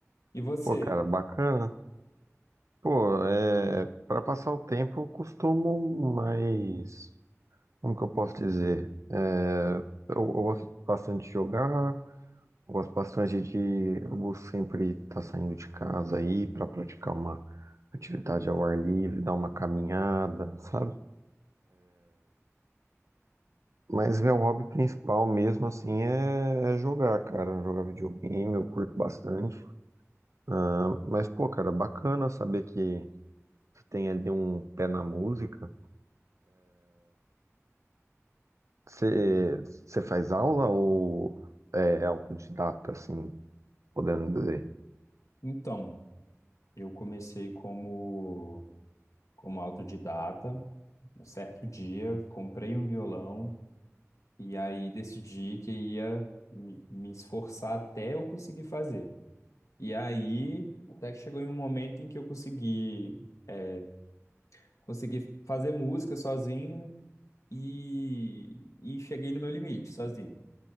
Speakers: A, on the left; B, on the right.
A: E você?
B: Pô, cara, bacana. Pô, é, para passar o tempo, eu costumo mais, como que eu posso dizer? É, eu, eu gosto bastante de jogar, eu gosto bastante de, eu vou sempre estar saindo de casa aí para praticar uma atividade ao ar livre, dar uma caminhada, sabe? Mas meu hobby principal mesmo assim é, é jogar, cara. Jogar videogame, eu curto bastante. Ah, mas, pô, cara, bacana saber que você tem ali um pé na música. Você você faz aula ou é é autodidata, assim, podendo dizer?
A: Então, eu comecei como, como autodidata. Um certo dia, comprei um violão e aí decidi que ia me me esforçar até eu conseguir fazer. E aí, até que chegou em um momento em que eu consegui, é, consegui fazer música sozinho e, e cheguei no meu limite sozinho.